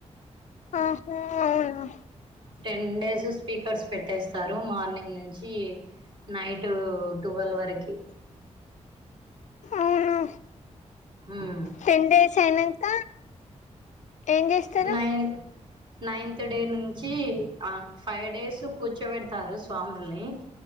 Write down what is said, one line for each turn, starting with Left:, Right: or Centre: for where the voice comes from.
Left: ఆహా అవునా
Right: టెన్ డేస్ స్పీకర్స్ పెట్టేస్ స్తారు, మార్నింగ్ నుంచి నైట్ టువెల్వ్ వరకి.
Left: అవును
Right: ఉమ్.
Left: టెన్ డేస్ అయినంక ఏం జేస్తారు.
Right: నైన్ నైన్త్ డే నుంచి, ఆ ఫైవ్ డేస్ కూర్చోబెడతారు స్వాముల్ని.